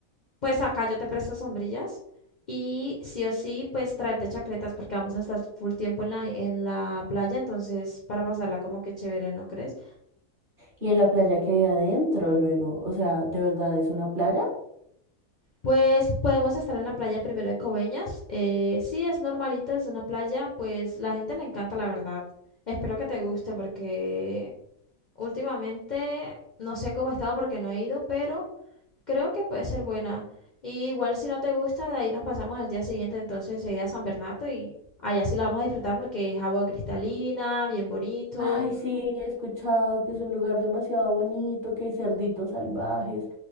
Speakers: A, on the left; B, on the right.
A: Pues acá yo te presto sombrillas y sí o sí, pues tráete chacletas porque vamos a estar full tiempo en la, en la playa, entonces para pasarla como que chévere, ¿no crees?
B: Y en la playa que hay adentro luego, o sea, ¿de verdad es una playa?
A: Pues podemos estar en la playa primero de Coveñas. eh, sí, es normalito, es una playa, pues la gente le encanta, la verdad. Espero que te guste porque últimamente no sé cómo he estado porque no he ido, pero... Creo que puede ser buena. Y igual si no te gusta, de ahí nos pasamos al día siguiente, entonces se irá a San Bernardo y allá sí la vamos a disfrutar porque es agua cristalina, bien bonito,
B: Ay, sí, he escuchado que es un lugar demasiado bonito, que hay cerditos salvajes,